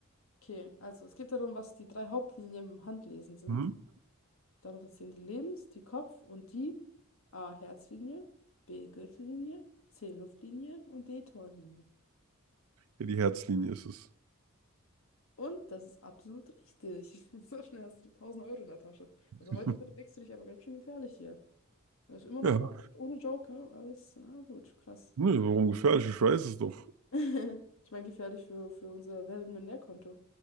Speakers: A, on the left; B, on the right.
A: Okay, also es geht darum, was die drei Hauptlinien beim Handlesen sind.
B: mhm.
A: Darunter zählen die Lebens-, die Kopf- und die A. Herzlinie, B. Gürtellinie, C. Luftlinie und D. Torlinie.
B: Ja, die Herzlinie ist es.
A: Und das ist absolut richtig. <laughs> So schnell hast du tausend Euro in der Tasche.
B: <laughs>
A: Also heute bewegst du dich aber ganz schön gefährlich hier. Er ist immer
B: Ja,
A: noch ohne, ohne Joker, aber ist, na gut, krass.
B: ne, warum gefährlich? Ich weiß es doch.
A: <laughs> Ich meine, gefährlich für, für unser Weltmillionärkonto.